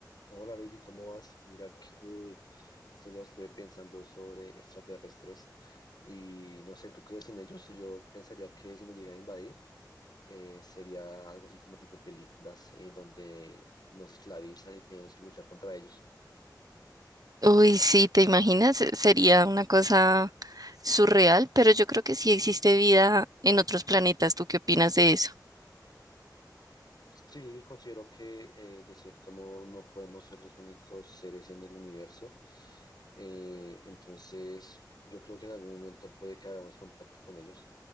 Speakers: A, on the left; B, on the right.
A: Hola Lady, ¿cómo vas? Mira que estos días estuve pensando sobre extraterrestres y no sé, ¿tú crees en ellos? Yo pensaría que si nos llegan a invadir eh, sería algo así como tipo películas en donde nos esclavizan y tenemos que luchar contra ellos.
B: Uy, sí, ¿te imaginas? E, Sería una cosa surreal, pero yo creo que sí existe vida en otros planetas. ¿Tú qué opinas de eso?
A: Sí, considero que eh, de cierto modo no podemos ser los únicos seres en el universo. Eh, entonces, yo creo que en algún momento puede que hagamos contacto con ellos